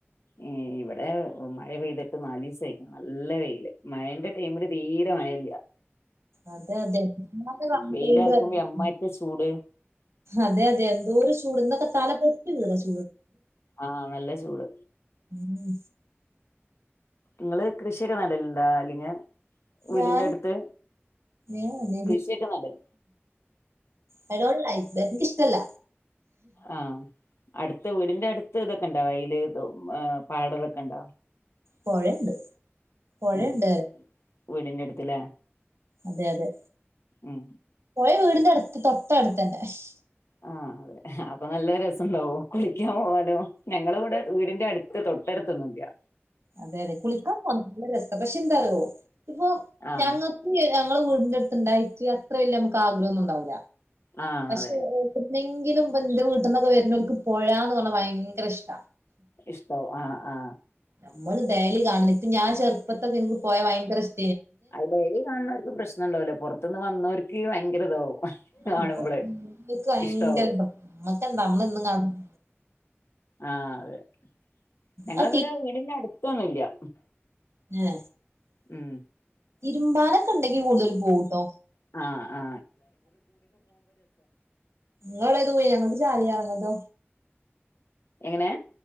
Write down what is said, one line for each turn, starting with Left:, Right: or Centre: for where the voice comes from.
Left: ഏഹ് ഇവടെ മഴ പെയ്തിട്ട് നാലീസയ്ക്ക്ണ് നല്ല വെയില് മഴേന്റെ ടൈമില് തീരെ മഴയില്ല
Right: അതെ അതെ <unintelligible>
Left: വെയിലറക്കുമ്പോ എമ്മായിരത്തെ ചൂട്
Right: അതെ അതെ എന്തോര് ചൂട് ഇന്നൊക്കെ തല പൊട്ടി <unintelligible> ചൂട്
Left: ആ നല്ല ചൂട്
Right: ഉം
Left: ങ്ങള് കൃഷിയൊക്കെ നടലുണ്ടോ അല്ലെങ്കി
Right: ഞാൻ
Left: വീടിന്റെ അടുത്ത്
Right: <unintelligible>
Left: കൃഷിയൊക്കെ നടല്
Right: കരോളിലായി ദേനിക്കിഷ്ടല്ല
Left: ആ അടുത്ത വീടിന്റെ അടുത്ത് ഇതൊക്കെണ്ടോ വയില് പാടവൊക്കെ ഒണ്ടോ
Right: പൊഴെണ്ട് പൊഴെണ്ട്
Left: ഉം വീടിന്റെ അടുത്ത്ല്ലേ
Right: അതെ അതെ
Left: ഉം
Right: പോയ വീടിന്റെ <unintelligible> തൊട്ടട്ത്ത്ണ്ട് അശ്
Left: ആ അതെ അപ്പൊ നല്ല രസണ്ടാവും കുളിക്കാൻ പോവാലും ഞങ്ങളിവടെ വീടിന്റട്ത്ത് തൊ ട്ടട്ത്തൊന്നുല്ല്യാ
Right: അതെ ലെ കുളിക്കാ നല്ല രസ പക്ഷെ എന്താറ്യോ ഇപ്പൊ
Left: ആഹ്
Right: ഞങ്ങക്ക് <unintelligible> ഞങ്ങളെ വീടിന്റ ട്ത്ത്ണ്ടായിട്ട് അത്ര വെല്ല്യ മ്മക്ക് ആഗ്രഹൊന്നുണ്ടാവൂല്ല.
Left: ആഹ്
Right: പക്ഷെ
Left: അതെ
Right: എവിടെന്നെങ്കിലും ബന്ധു വീ ട്ട്ന്നൊക്കെ വെര്നോൽക്ക് പൊഴാന്ന് പറഞ്ഞാ ഭയങ്കര ഷ്ടാ
Left: ഇഷ്ടാവും ആ ആ
Right: നമ്മള് ഡെയ്ലി കാണ്ന്ന് ഇപ്പ ഞാൻ ചെർപ്പത്തൊക്കെ ഇൻക്ക് പോയാ ഭയങ്കര ഇഷ്
Left: ആ ഡെയ്ലി കാണുന്നവര്ക്ക് പ്രശ്നണ്ടാവൂല പൊർത്ത്ന്ന് വന്നോര് ക്ക് ഭയങ്കര ഇതാവും
Right: <unintelligible>
Left: കാണുമ്പള്
Right: ഭയങ്കര
Left: ഇഷ്ടാവും
Right: ഇതാ അമ്മക്കെന്താ അമ്മളെന്നും കാ <unintelligible>
Left: ആ അതെ ഞങ്ങളെവടെ
Right: ആ
Left: വീടിന്റെ അട്ത്തൊന്നുല്ല്യാ
Right: ഞ്ഞെ
Left: ഉം
Right: തിരുമ്പാനൊക്കെ <unintelligible> ണ്ടെങ്കിൽ കൂടുതല് പോവൂട്ടോ
Left: ആ ആ
Right: നിങ്ങളുടെ ദൂരെയാണോത് ചാലിയാർ അതോ
Left: എങ്ങനെ